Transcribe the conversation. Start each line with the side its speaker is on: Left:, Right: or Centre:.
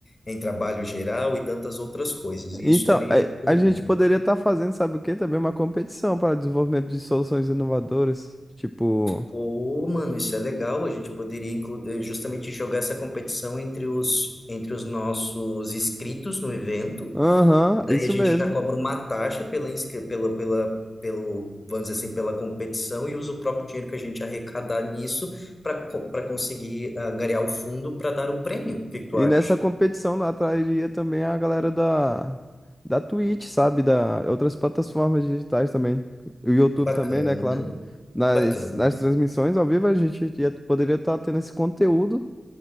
Left: em trabalho geral e tantas outras coisas. E
Centre: Então,
Left: isso também
Centre: é,
Left: é muito
Centre: a
Left: legal.
Centre: gente poderia estar fazendo, sabe o quê? Também uma competição para desenvolvimento de soluções inovadoras. Tipo,
Left: Pô, mano, isso é legal. A gente poderia inclu- eh, justamente jogar essa competição entre os, entre os nossos inscritos no evento.
Centre: aham,
Left: Daí
Centre: isso
Left: a gente
Centre: mesmo.
Left: já cobra uma taxa pela, inscri- pela, pela, pelo, vamos dizer assim, pela competição e usa o próprio dinheiro que a gente arrecadar nisso para para conseguir angariar o fundo para dar o prêmio. O que que tu
Centre: E
Left: acha?
Centre: nessa competição atrairia também a galera da, da Twitch, sabe? Da outras plataformas digitais também. O YouTube
Left: Bacana,
Centre: também, né? Claro. Nas,
Left: bacana.
Centre: nas transmissões ao vivo, a gente ia- poderia estar tendo esse conteúdo